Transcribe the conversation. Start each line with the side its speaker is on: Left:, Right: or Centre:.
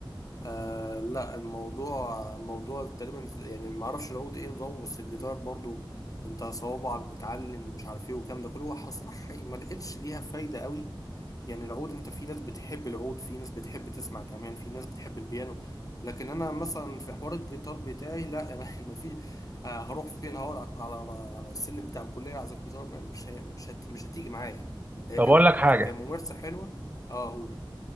Left: آه لا الموضوع موضوع تقريبا ز- يعني ما اعرفش العود ايه نظامه بس الجيتار برضو انت صوابعك بتعلم ومش عارف ايه والكلام ده كله هو صراحة ما لقيتش ليها فايدة قوي يعني العود انت في ناس بتحب العود في ناس بتحب تسمع كمان في ناس بتحب البيانو لكن انا مثلا في حوار الجيتار بتاعي لا انا <laughs> ما في آه، هروح فين هقعد على على على السلم بتاع الكليه اعزف جيتار ما- مش هي- مش هت... مش هتيجي معايا هي
Right: طب
Left: كانت
Right: اقول لك حاجه
Left: كممارسه حلوه اه اقول